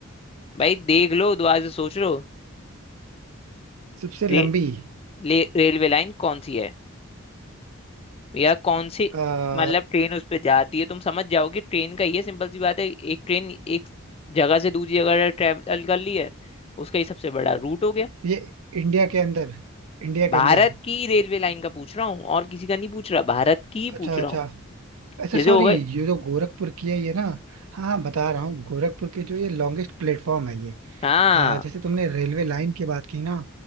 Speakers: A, on the left; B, on the right.
A: भाई देख लो दोबारा से सोच लो
B: सबसे लंबी
A: रे, ले- रेलवे लाइन कौन सी है या कौन सी
B: आ,
A: मतलब ट्रेन उस पर जाती है तुम समझ जाओगे ट्रेन का ये सिंपल सी बात है एक ट्रेन एक जगह से दूसरी जगह ट्रेवल कर ली है उसका ही सबसे बड़ा रूट हो गया
B: ये इंडिया के अंदर इंडिया
A: भारत
B: के अंदर
A: की रेलवे लाइन का पूछ रहा हूँ और किसी का नहीं पूछ रहा भारत की ही
B: अच्छा
A: पूछ रहा
B: अच्छा
A: हूँ
B: अच्छा
A: जैसे
B: सॉरी
A: हो गए
B: ये जो गोरखपुर की है ये ना हाँ हाँ बता रहा हूँ गोरखपुर की जो ये लॉन्गेस्ट प्लेटफॉर्म है ये
A: हाँ
B: अ, जैसे तुमने रेलवे लाइन की बात की ना